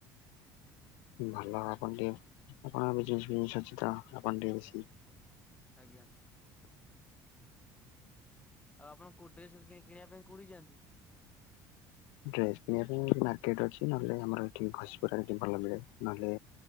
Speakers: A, on the left; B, on the left.
A: ଭଲ ଆପଣ ଟିକେ ଆପଣ <unintelligible> ଅଛି ତ ଆପଣ ଟିକେ ବେଶି
B: ଆଜ୍ଞା। ଆଉ ଆପଣ କୋଉ ଡ୍ରେସ କିଣିବା ପାଇଁ କୋଉଠି କୁ ଯାଆନ୍ତି?
A: ଡ୍ରେସ କିଣିବା ପାଇଁ ମାର୍କେଟ ଅଛି ନହେଲେ ଆମର ଏଠି ଘଷିପୁରାରେ ଭଲ ମିଳେ ନହେଲେ